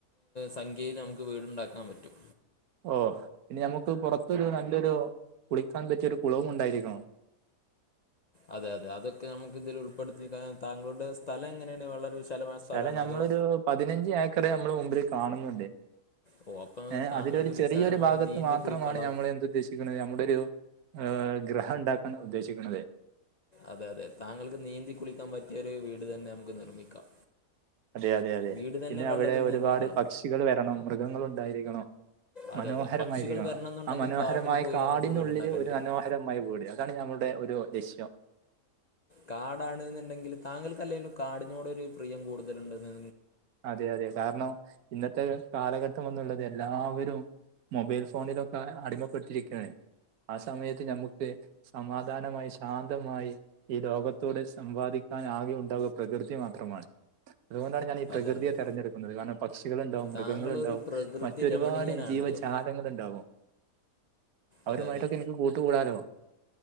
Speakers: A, on the left; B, on the right.
A: സംഖ്യയിൽ നമുക്ക് വീടുണ്ടാക്കാൻ പറ്റും
B: ഓ ഇനി ഞമ്മക്ക് പുറത്തൊരു നല്ലൊരു കുളിക്കാൻ പറ്റിയൊരു കുളവും ഉണ്ടായിരിക്കണം <inaudible>
A: അതെ അതെ അതൊക്കെ നമുക്ക് ഇതിൽ ഉൾപ്പെടുത്തി താങ്കളുടെ സ്ഥലം എങ്ങനെയാണ് വളരെ വിശാലമായ
B: സ്ഥലം
A: സ്ഥലമാണോ
B: ഞമ്മളൊരു
A: അതോ
B: പതിനഞ്ച് ഏക്കർ നമ്മള് മുമ്പില് കാണുന്നുണ്ട്
A: ഓ അപ്പം
B: ഏ
A: താങ്കൾക്ക്
B: അതിൽ ഒരു ചെറിയൊരു
A: വിശാലമായി
B: ഭാഗത്ത്
A: നീന്തി
B: മാത്രമാണ്
A: കുളിക്കാനുള്ള
B: ഞമ്മള് എന്തു ഉദ്ദേശിക്കണത് ഞമ്മടൊരു ഏ ഗൃഹം ഉണ്ടാക്കാൻ ഉദ്ദേശിക്കണതേ
A: അതെ അതെ താങ്കൾക്ക് നീന്തി കുളിക്കാൻ പറ്റിയൊരു വീട് തന്നെ നമുക്ക് നിർമ്മിക്കാം
B: അതെ അതെ അതെ
A: വീട് തന്നെ
B: പിന്നെ അവിടെ
A: വെള്ളത്തിൽ
B: ഒരുപാട്
A: നിർമ്മിക്കണോ
B: പക്ഷികൾ വരണം മൃഗങ്ങൾ ഉണ്ടായിരിക്കണം
A: അതെ
B: മനോഹരമായിരിക്കണം
A: അതെ പക്ഷികൾ വരണം എന്നുണ്ടെങ്കിൽ
B: ആ മനോഹരമായ
A: കാട്ടിൽ പോയി
B: കാടിനുള്ളില്
A: നമുക്ക് വീടുണ്ടാക്കേണ്ടി
B: ഒരു
A: വരും
B: മനോഹരമായ വീട് അതാണ് ഞാൻ നമ്മുടെ ഒരു ലക്ഷ്യം
A: കാടാണ്ന്നുണ്ടെങ്കിൽ താങ്കൾക്കല്ലെലും കാടിനോട് ഒരു പ്രിയം കൂടുതലുണ്ട്ന്ന്
B: അതെ അതെ കാരണം ഇന്നത്തെ കാലഘട്ടം എന്നുള്ളത് എല്ലാവരും മൊബൈൽ ഫോണിലൊക്കെ അടിമപ്പെട്ടിരിക്കാണ് ആ സമയത്ത് ഞമ്മുക്ക് സമാധാനമായി ശാന്തമായി ഈ ലോകത്തോട് സംവാദി ക്കാൻ ആകെ ഉണ്ടാവുക പ്രകൃതി മാത്രമാണ് അതുകൊണ്ടാണ് ഞാൻ ഈ പ്രകൃതിയെ
A: അതെ അതെ
B: തെരഞ്ഞെടുക്കുന്നത് കാരണം പക്ഷികളുണ്ടാവും മൃഗങ്ങളുണ്ടാവും
A: താങ്കളൊരു പ്രകൃതി
B: മറ്റൊരുപാട്
A: രമണീയനാണല്ലേ
B: ജീവജാലങ്ങൾ ഉണ്ടാവും അവരുമായിട്ടൊക്കെ
A: അതെ അതെ
B: എനിക്ക് കൂട്ട് കൂടാലോ